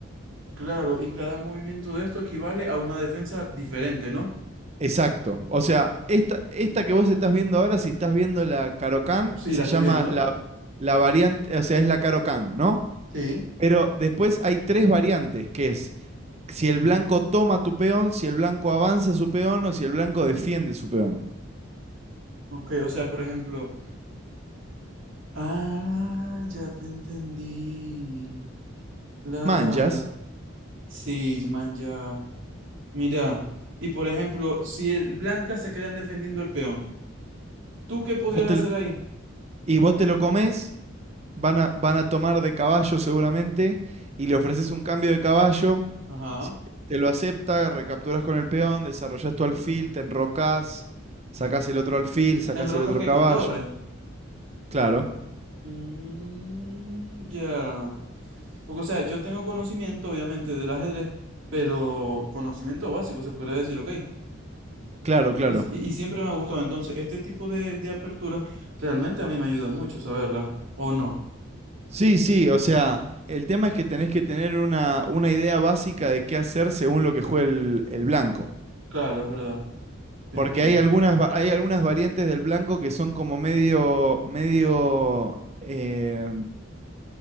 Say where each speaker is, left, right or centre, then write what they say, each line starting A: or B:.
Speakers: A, on the right (about 75°); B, on the right (about 30°).
A: Claro, y cada movimiento de esto equivale a una defensa diferente, ¿no?
B: Exacto. O sea, esta, esta que vos estás viendo ahora, si estás viendo la Carocán,
A: Sí,
B: se
A: la estoy
B: llama
A: viendo.
B: la, la variante, o sea, es la Carocán, ¿no?
A: Sí.
B: Pero después hay tres variantes, que es si el blanco toma tu peón, si el blanco avanza su peón o si el blanco defiende su peón.
A: Ok, o sea, por ejemplo. Ah, ya te entendí. Claro.
B: Manchas,
A: Sí, man, ya. Mira, y por ejemplo, si el Blanca se quedan defendiendo el peón, ¿tú qué podrías
B: vos te
A: hacer
B: lo-
A: ahí?
B: y vos te lo comés, van a, van a tomar de caballo seguramente, y le ofreces un cambio de caballo,
A: Ajá.
B: si te lo acepta, recapturas con el peón, desarrollás tu alfil, te enrocás, sacás el otro alfil, sacás
A: En rocas
B: el otro
A: que
B: caballo.
A: con torres.
B: Claro,
A: Mm, ya. Porque, o sea, yo tengo conocimiento, obviamente, del ajedrez, pero conocimiento básico, se podría decir, ok.
B: claro, claro.
A: Y, s- y- y siempre me ha gustado. Entonces, este tipo de, de aperturas realmente a mí me ayudan mucho saberlas. ¿O no?
B: Sí, sí, o sea, el tema es que tenés que tener una, una idea básica de qué hacer según lo que juegue el, el blanco.
A: Claro, es verdad. Tienes
B: Porque
A: razón.
B: hay algunas, va- hay algunas variantes del blanco que son como medio, medio eh,